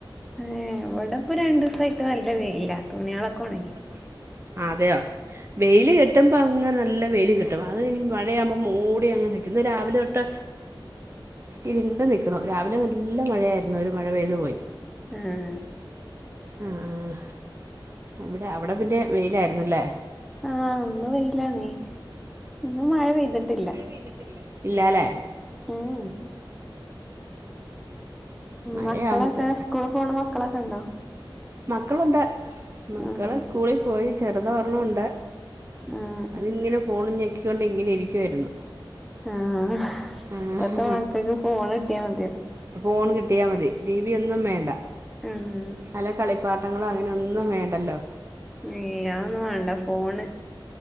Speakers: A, in the centre; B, on the right (about 30°).
A: ഏഹ് ഇവിടെ ഇപ്പ രണ്ടു സായിട്ട് നല്ല വെയില്ല തുണിയാളൊക്കെ ഉണങ്ങി
B: ഒണങ്ങി അതെയോ വെയില് കിട്ടുമ്പ ങ്ങനെ നല്ല വെയില് കിട്ടും അത് മഴയാവുമ്പോ മൂടി അങ്ങനെ നിക്കും ഇന്ന് രാവിലെ തൊട്ട് ഇരുണ്ടു നിക്കുണ് രാവിലെ നല്ല മഴയായിരുന്നു ഒരു മഴ പെയ്തു പോയി
A: ആഹ്
B: ആഹ് ആഹ് അവിടെ അവിടെ പിന്നെ വെയിലായിരുന്നല്ലേ
A: ആഹ് ഇന്ന് വെയിലാണേ ഇന്ന് മഴ പെയ്തിട്ടില്ല
B: ഇന്ന് പെയ്ത്ട്ടില്ല ഇല്ലല്ലേ
A: ഊം ഊം
B: മഴയാവുമ്പത്തെ
A: മക്കളൊക്കെ സ്കൂള് പോണ മക്കളൊക്കെണ്ടോ
B: മക്കളുണ്ട് മക്കള്
A: ഉം
B: സ്കൂളിൽ പോയി ചെറുതരെണ്ണുണ്ട്
A: ആഹ്
B: അതിങ്ങനെ പോണും ഞെക്കിക്കൊണ്ട് ങ്ങനെ ഇരിക്കുവായിരുന്നു
A: ആഹ്
B: ആഹ്
A: ഇപ്പത്തെ മക്കക്ക് ഫോൺ കിട്ടിയാ മതില്ലേ
B: ഫോൺ കിട്ടിയാ മതി ടി വി ഒന്നും വേണ്ട
A: ആഹ്
B: നല്ല കളിപ്പാട്ടങ്ങളും അങ്ങനെ ഒന്നും വേണ്ടല്ലോ
A: ഏഹ് അതോന്നും വേണ്ട ഫോണ്-